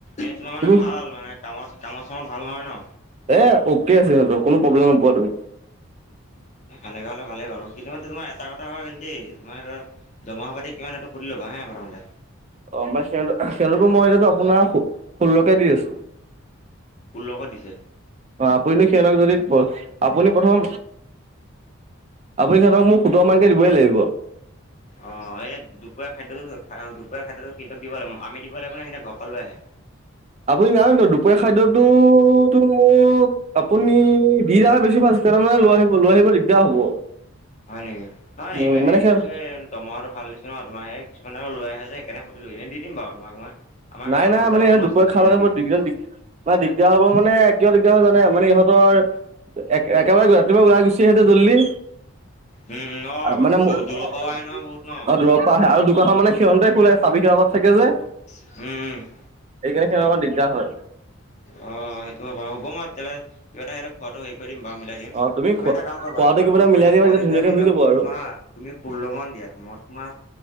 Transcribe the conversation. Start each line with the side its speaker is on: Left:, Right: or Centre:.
Left: এই তোমাৰ মানে
Right: তুমি
Left: ভাল মানে কামত। কামত-চামত ভাল নহয় ন।
Right: এ অকে আছে সিহঁতৰ, কোনো প্ৰব্লেম নোপোৱা তুমি।
Left: সেনেকা হ'লে ভালেই বাৰু, কিন্তু মানে তোমাৰ এটা কথা হয় দেই মানে ধৰা দৰমহা পাতি কিমান সেটো সুধি লবা হা প্ৰথমতে।
Right: অ', মানে সিহঁত, সিহঁতৰতো মই এতিয়াটো আপোনাৰ সো ষোল্লকে দি আছো।
Left: ষোল্লশত দিছে।
Right: অ'! আপুনি সিহঁতক যদি, আপুনি প্ৰথম আপুনি সিহঁতক, মোক সোতৰমানকৈ দিবই লাগিব।
Left: অ'! এই দুপৰীয়া খাদ্যটো, দুপৰীয়া খাদ্যটো সিহঁতক দিব লাগিব। আমি দিব লাগিব নে, সিহঁতে, ঘৰৰ পৰা লৈ আহে?
Right: আপুনি, <unintelligible> দুপৰীয়া খাদ্যটোতো, মোক আপুনি দি আহা বেছি ভাল হৈছিলে! <unintelligible> মানে, লৈ আহিব, লৈ আহিব দিগদাৰ হ'ব।
Left: হয় নেকি? নহয়,
Right: উম,
Left: ইমানখিনি
Right: মানে সিহঁত
Left: দিছোঁৱে <unintelligible> দৰমহাটো ভাল দিছে ন'! তোমাৰ সেই, কিছুমানে আৰু লৈ আহে যে, সেইকাৰণে, সুধিলোঁ। এনেই, দি দিম বাৰু তোমাক মই। আমাৰ
Right: নাই,
Left: কাষতে
Right: নাই।
Left: হোটেল
Right: মানে,
Left: এখনো
Right: সিহঁতে দুপৰীয়া
Left: আছে
Right: খাবলে
Left: চিনাকি
Right: মানে, <unintelligible> দিম। মানে, দিগদাৰ হ'ব। মানে, কিয় দিগদাৰ হয়, জানে! মানে, ইহঁতৰ এক, একেবাৰে ৰাতিপুৱা ওলাই গুচি আহে যে জল্দি।
Left: উম, উম, অ', আকৌ
Right: মানে মোৰ,
Left: দূৰৰ
Right: অ'!
Left: পৰাও আহে নহয় বহুত ন
Right: দূৰ পৰা আহে আৰু দোকানৰ মানে সিহঁতে, খোলে। চাবি সিহঁত লগত থাকে যে।
Left: <unintelligible> উম'!
Right: এইকাৰণে, সিহঁতৰ অকণ দিগদাৰ হয়।
Left: অ'! সেইটোৰ হ'ব বাৰু মই তেতিয়া হ'লে, কিবা এটা <unintelligible> খোৱাটো হেৰি কৰি দিম বাৰু মিলাই দিম।
Right: অ
Left: তুমি
Right: খোৱা
Left: এটা কাম কৰিবা,
Right: খোৱাটো
Left: তোমাৰ
Right: কিবা
Left: সেই
Right: এটা মিলাই
Left: পোৱালি
Right: দিবা
Left: <unintelligible>
Right: তেতিয়া ধুনীয়াকে হৈ যাব আৰু
Left: তোমাৰ তুমি ষোল্ল মান দিয়া? মই তোমাৰ